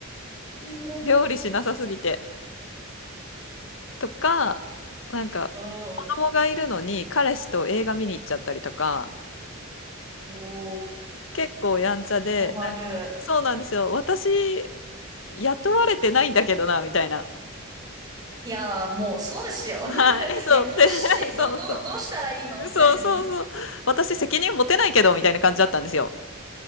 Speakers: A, on the right; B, on the left.
A: えーうん。
B: 料理しなさすぎてとか、なんか、
A: お
B: 子供がいるのに彼氏と映画見に行っちゃったりとか、
A: ー、
B: 結構やんちゃで、
A: 困る。
B: なんかそうなんですよ。私、雇われてないんだけどな、
A: えー
B: みたいな。
A: いやー、もうそうですよ。
B: はい、
A: <laughs>
B: え、そうって、
A: いや、どうして、
B: <laughs> そうそう。
A: ど、ど、どうしたらいいのみたいなね。
B: そうそうそう。私責任持てないけど、みたいな感じだったんですよ。